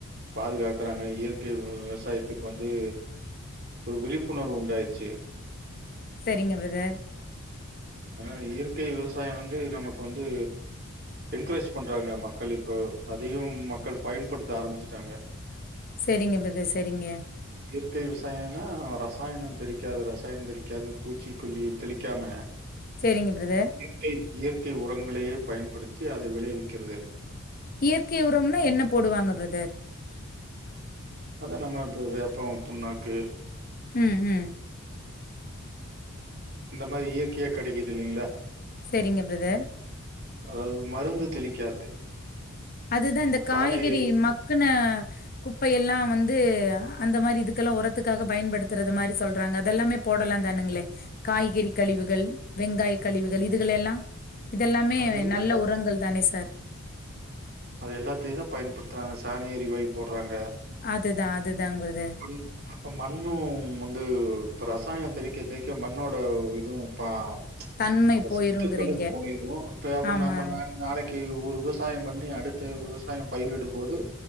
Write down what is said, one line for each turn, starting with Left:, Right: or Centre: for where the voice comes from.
Right: பாதுகாக்கறாங்க இயற்கை வெ விவசாயத்க்கு வந்து ஒரு விழிப்புணர்வு உண்டாயிர்ச்சி
Left: செரிங்க பிரதர்
Right: அதனால இயற்கை விவசாய வந்து நமக்கு வந்து என்கரேஜ் பண்றாங்க மக்கள் இப்போ அதையு மக்கள் பயன்படுத்த ஆரம்பிச்சிட்டாங்க
Left: சேரிங்க பிரதர் சேரிங்க
Right: இயற்கை விசாயனா ரசாயனம் தெளிக்காத ரசாயன தெளிக்காத பூச்சிக்கொல்லி தெளிக்காம
Left: சேரிங்க பிரதர்
Right: இயற்கை இயற்கை உரங்களையே பயன்படுத்தி அதை விளைவிக்கிறது
Left: இயற்கை உரம்னா என்ன போடுவாங்க பிரதர்
Right: அதா நம்ம இப்ப இது போம் புண்ணாக்கு
Left: ம் ம்
Right: அந்த மாரி இயற்கையா கெடைக்கிது இல்லைங்களா
Left: செரிங்க பிரதர்
Right: அதாவது மருந்து தெளிக்காது
Left: அதுதா இந்த காய்கறி
Right: சாணை
Left: மக்குன குப்பையெல்லா வந்து அந்த மாரி இதுக்கெல்லா ஓரத்துக்காக பயன்படுத்துறது மாரி சொல்றாங்க அதெல்லாமே போடலா தானுங்ளே காய்கறி கழிவுகள் வெங்காய கழிவுகள் இதுகள எல்லா இதெல்லாமே
Right: அதெல்லாம்
Left: நல்ல உரங்கள் தானே சார்
Right: அது எல்லாத்தியு தா பயன்படுத்துறாங்க சணா ஏரி வாயு போட்றாங்க
Left: அதுதா அதுதாங் பிரதர்
Right: புடி இப்ப மண்ணு வந்து இப்ப ரசாயன தெளிக்க தெளிக்க மண்ணோட இதுவு பா
Left: தன்மை
Right: அந்த
Left: போயிருங்கிறீங்க.
Right: சத்துக்களு தூங்கிரு அப்ப அப்ப
Left: ஆமா.
Right: நம்ம நா நாளைக் கு ஒரு விவசாய பண்ணி அடுத்த விவசாய பயிரிடும் போது